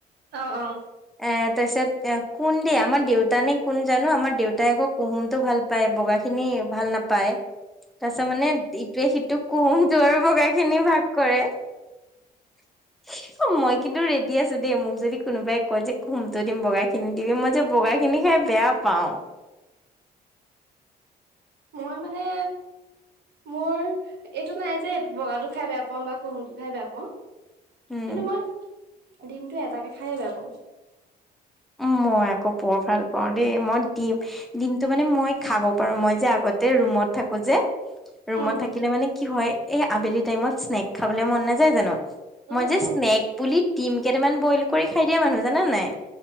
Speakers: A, on the right; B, in the centre.
A: অ অ
B: এ তাৰপিছত, কোন দিয়া আমাৰ দেউতা নে, কোন জানো, আমাৰ দেউতাই আকৌ কুহুমটো ভাল পায়, বগা খিনি ভাল নাপায়। তাৰ পিছত মানে, ইটোৱে-সিটোক কোহুমটো আৰু বগা খিনি ভাগ কৰে। <inaudible> অ, মই কিন্তু ৰেডি আছো দেই, মোক যদি কোনোবাই কয় যে কুহুমটো দিম, বগা খিনি দিবি, মই যে বগা খিনি খাই বেয়া পাওঁ।
A: মই মানে মোৰ এইটো নাই যে, বগাটো খাই বেয়া পাওঁ, বা কুহুমটো খাই বেয়া পাওঁ।
B: উম,
A: কিন্তু মই ডিমটো এটাকে খায়ে বেয়া পাওঁ।
B: উম, মই আকৌ বৰ ভাল পাওঁ দেই। মই ডিম ডিমটো মানে মই খাব পাৰো, মই যে আগতে ৰুমত থাকো যে। ৰুমত
A: উম,
B: থাকিলে মানে কি হয়, এই আবেলি টাইমত স্নেক খাবলে মন নাযায় জানো।
A: উম,
B: মই যে
A: উম,
B: স্নেক বুলি, ডিম কেইটামান বইল কৰি খাই দিয়া মানুহ। জান নে নাই?